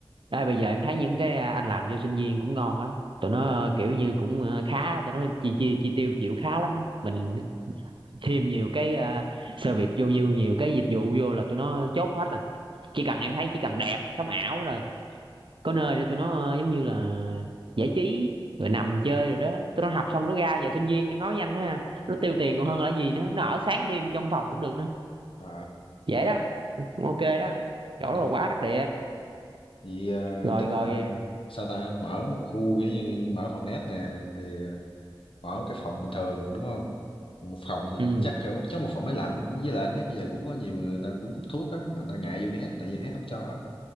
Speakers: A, on the right (about 70°); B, on the left (about 85°).
A: đây bây giờ em thấy những cái à, anh làm cho sinh viên cũng ngon á tụi nó à, kiểu như cũng à, khá tụi nó chi chi chi tiêu chịu khá lắm á mình thêm nhiều cái uh, service vô nhiều nhiều cái dịch vụ vô là tụi nó chốt hết rồi chỉ cần em thấy chỉ cần đẹp sống ảo rồi có nơi để tụi nó ờ, giống như là giải trí rồi nằm chơi rồi đó tụi nó học xong nó ra giờ sinh viên em nói với anh ha nó tiêu tiền còn hơn là gì nữa nó ở sáng đêm trong phòng cũng được nữa
B: Ờ,
A: vậy đó ok đó chỗ
B: nhiều.
A: rồi quá đắc địa
B: Vậy ờ, anh
A: rồi
B: tính
A: rồi
B: ờ, sao ta mở một khu giống như mở phòng net nè thì ờ, ở cái phòng bình thường đúng không một phòng thì
A: ừ.
B: chắc là- chắc một phòng máy lạnh với lại anh thấy bây giờ cũng có nhiều người người ta cũng hút thuốc á mà người ta ngại vô nét tại vì nét không cho á